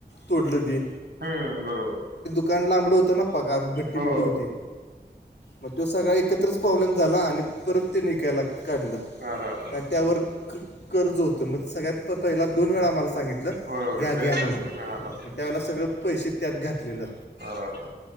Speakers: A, on the left; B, on the right.
A: तोडलं ते
B: हं बरोबर.
A: कान लांबडं होता ना पका भट्टी
B: हो
A: बिट्टी होती. मग त्यो सगळा एकत्रच प्रॉब्लेम झाला आणि परत ते नीकायला लाग. काढलं
B: अर अर
A: का त्यावर क कर्ज होतं मग सगळ्यात प पहिला दोन वेळा आम्हाला सांगितलं
B: होय होय
A: घ्या
B: लय
A: घ्या म्हणून,
B: स्वस्त मिळाला
A: मग त्यावेळेला सगळं पैसे त्यात घातलेलं.
B: अर अर!